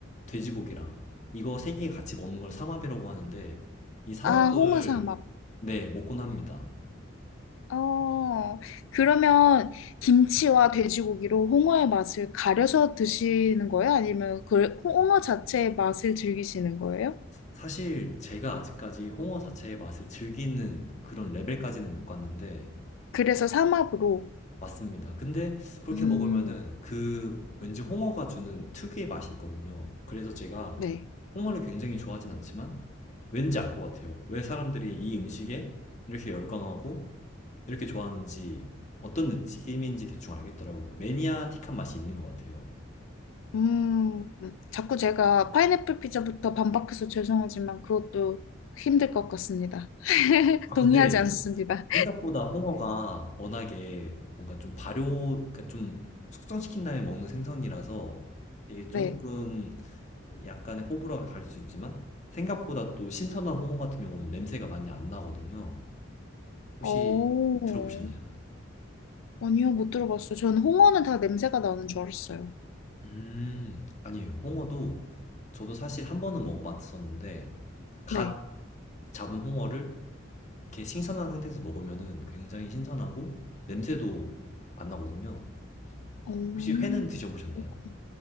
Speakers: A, on the left; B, on the left.
A: 돼지고기랑 이거 세 개 같이 먹는 걸 삼합이라고 하는데, 이 삼합을
B: 아, 홍어 삼합
A: 네, 먹곤 합니다.
B: 어, 그러면 김치와 돼지고기로 홍어의 맛을 가려서 드시는 거예요? 아니면 그 홍어 자체의 맛을 즐기시는 거예요?
A: 사실 제가 아직까지 홍어 자체의 맛을 즐기는 그런 레벨까지는 못 갔는데,
B: 그래서 삼합으로.
A: 맞습니다. 근데 그렇게
B: 음,
A: 먹으면은 그 왠지 홍어가 주는 특유의 맛이 있거든요. 그래서 제가
B: 네.
A: 홍어를 굉장히 좋아하진 않지만 왠지 알 것 같아요. 왜 사람들이 이 음식에 이렇게 열광하고 이렇게 좋아하는지 어떤 느낌인지 대충 알겠더라고요. 그 매니아틱한 맛이 있는 것 같아요.
B: 음, 자꾸 제가 파인애플 피자부터 반박해서 죄송하지만 그것도 힘들 것 같습니다. <laughs>
A: 아,
B: 동의하지
A: 근데
B: 않습니다.
A: 생각보다 홍어가 워낙에 뭔가 좀 발효, 그러니까 좀 숙성시킨 다음에 먹는 생선이라서 이게
B: 네.
A: 조금 약간의 호불호가 갈릴 수 있지만 생각보다 또 신선한 홍어 같은 경우는 냄새가 많이 안 나거든요. 혹시
B: 오,
A: 들어보셨나요?
B: 아니요, 못 들어봤어요. 저는 홍어는 다 냄새가 나는 줄 알았어요.
A: 음, 아니에요. 홍어도 저도 사실 한 번은 먹어봤었는데 갓
B: 네.
A: 잡은 홍어를 이렇게 신선한 상태에서 먹으면은 굉장히 신선하고 냄새도 안 나거든요.
B: 오,
A: 혹시 회는 드셔보셨나요?
B: 그렇구나.